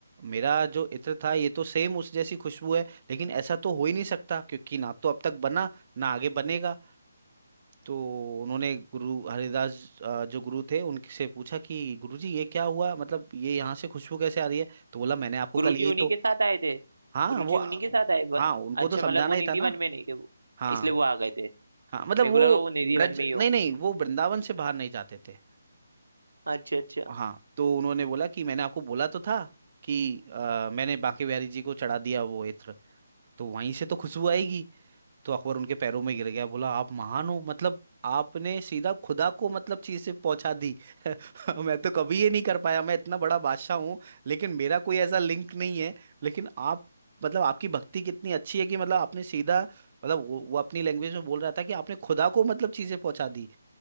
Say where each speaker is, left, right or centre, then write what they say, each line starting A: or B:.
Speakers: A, on the right; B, on the right.
A: मेरा जो इत्र था ये तो सेम उस जैसी खुशबू है लेकिन ऐसा तो हो ही नहीं सकता क्योंकि ना तो अब तक बना ना आगे बनेगा तो उन्होंने गुरु हरिदास अ, जो गुरु थे उनसे पूछा कि गुरुजी ये क्या हुआ मतलब ये यहाँ से खुशबू कैसे आ रही है तो बोला मैंने आपको
B: गुरु
A: कल
B: जी
A: यही
B: उन्हीं
A: तो
B: के साथ आए थे
A: हाँ
B: गुरु
A: वो
B: जी उन्हीं के साथ आए वन-
A: हाँ उनको
B: अच्छा
A: तो समझाना
B: मतलब वो
A: ही
B: निधि
A: था ना
B: वन में नहीं थे वो
A: हाँ
B: इसलिए वो आ गए थे
A: हाँ मतलब
B: मेरे
A: वो
B: को लगा वो निधि
A: ब्रज
B: वन में ही होंगे
A: नहीं नहीं वो वृंदावन से बाहर नहीं जाते थे
B: अच्छा अच्छा
A: हाँ तो उन्होंने बोला कि मैंने आपको बोला तो था कि अ, मैंने बांके बिहारी जी को चढ़ा दिया वो इत्र तो वहीं से तो खुशबू आएगी तो अकबर उनके पैरों में गिर गया बोला आप महान हो मतलब आपने सीधा खुदा को मतलब चीज से पहुंचा दी <laughs> मैं तो कभी ये नहीं कर पाया मैं इतना बड़ा बादशाह हूँ लेकिन मेरा कोई ऐसा लिंक नहीं है लेकिन आप मतलब आपकी भक्ति कितनी अच्छी है कि मतलब आपने सीधा मतलब वो, वो अपनी लैंग्वेज में बोल रहा था कि आपने खुदा को मतलब चीजें पहुंचा दी